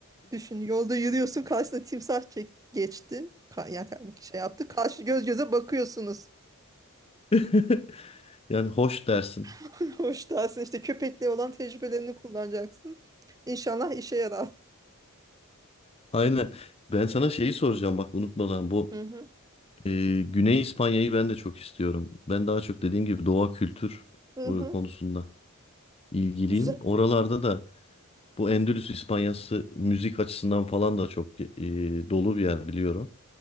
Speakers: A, on the right; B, on the left.
A: Düşün yolda yürüyorsun karşısına timsah çek geçti. Ka ya şey yaptı karşı göz göze bakıyorsunuz.
B: <laughs> Yani hoş dersin.
A: <laughs> Hoş dersin işte köpekle olan tecrübelerini kullanacaksın. İnşallah işe yarar.
B: Aynen. Ben sana şeyi soracağım bak unutmadan bu
A: Hı hı.
B: e, Güney İspanya'yı ben de çok istiyorum. Ben daha çok dediğim gibi doğa kültür
A: Hı
B: e,
A: hı.
B: konusunda ilgiliyim.
A: Güzel.
B: Oralarda da bu Endülüs İspanyası müzik açısından falan da çok e, dolu bir yer biliyorum.